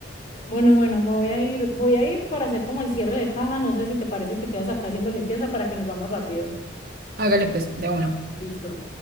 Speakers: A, on the left; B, on the right.
A: Bueno, bueno, me voy a ir, voy a ir para hacer como el cierre de caja. No sé si te parece y te quedas acá haciendo limpieza para que nos vamos rápido.
B: Hágale pues, de uno.
A: Listo.